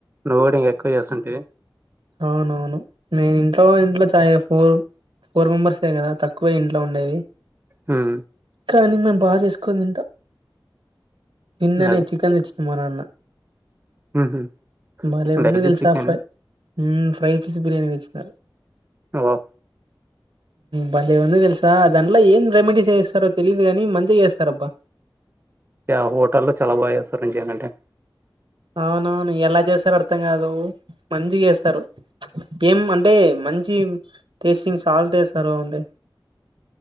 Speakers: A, on the right (about 30°); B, on the right (about 85°).
A: నువ్వు కూడా ఇంకా ఎక్కువ చేస్తుంటే
B: అవునవును నేను ఇంట్లో ఇంట్లో చాయి ఫోర్ ఫోర్ మెంబర్సే కదా తక్కువ ఇంట్లో ఉండేవి
A: హ్మ్.
B: కానీ మే బాగా చేసుకో తింట నిన్ననే
A: అది.
B: చికెన్ తెచ్చిండు మా నాన్న
A: హుహు.
B: భలే ఉంది
A: డైలీ
B: తెలుసా
A: chicken.
B: Fry fry piece biryani తెచ్చినారు
A: మా బాప్
B: భలే ఉంది తెలుసా దాంట్లో ఏం రెమెడీస్ వేస్తారో తెలీయదుగాని మంచిగా చేస్తారు అబ్బా
A: అంటే హోటల్లో చాలా బాగా చేస్తారు <unintelligible>
B: అవునవును ఎలా చేస్తారు అర్థం కాదు మంచి చేస్తారు ఏం అంటే మంచి టేస్టింగ్ సాల్ట్ వేస్తారు అండి